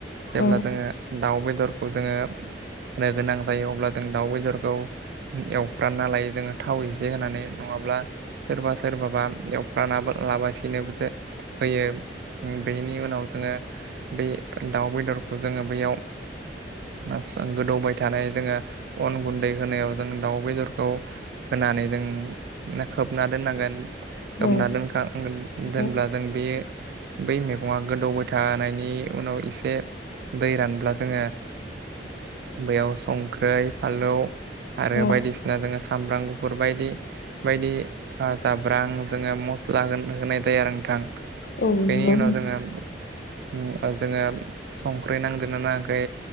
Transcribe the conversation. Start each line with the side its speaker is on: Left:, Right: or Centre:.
Right: जेब्ला
Left: औ
Right: जोङो दाउ बेदरखौ जोङो होनो गोनां जायो अब्ला जों दाउ बेदरखौ एवफ्रामना लायो जोङो थाव एसे होनानै नङाब्ला सोरबा सोरबाबा एवफ्राना लाबासिनोबो होयो। उम बेनि उनाव जोङो बे दाउ बेदरखौ जोङो बैयाव आदसा गोदौबाय थानाय जोङो अन गुन्दै होनायाव जों दाउ बेदरखौ होनानै जों खोबना दोननांगोन
Left: औ
Right: खोबना दोनखांगोन। दोनब्ला
Left: औ
Right: जों बे बै मैगङा गोदौबाय थानायनि उनाव इसे दै रानब्ला जोङो बैयाव संख्रै फालौ आरो
Left: औ
Right: बायदिसिना जोङो सामब्राम गुफुर बाय दि बायदि ओ जाब्रां जोङो मस्ला होन होनाय जायो आरो नोंथां।
Left: औ
Right: बेनि
Left: नंगौ
Right: उनाव जोङो उम जोङो संख्रै नांदोना नाङाखै